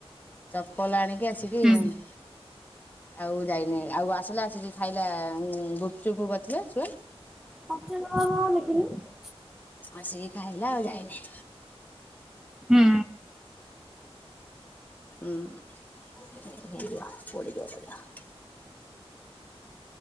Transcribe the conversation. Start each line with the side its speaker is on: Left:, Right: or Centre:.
Left: ଚପଲ ଆଣିକି ଆସିକି
Centre: ହୁଁ।
Left: ହମ ଆଉ ଯାଇନି ଆଉ ଆସିଲା ଆସିକି ଖାଇଲା ଗୁପଚୁପୁ କରିଥିଲେ ସେ
Centre: ଆ ହ ହଁ ଲେଖିଲି <unintelligible>
Left: ଆସିକି ଖାଇଲା ଆଉ ଯାଇନି।
Centre: ହୁଁ
Left: ହୁଁ ହେଆ ବ <unintelligible>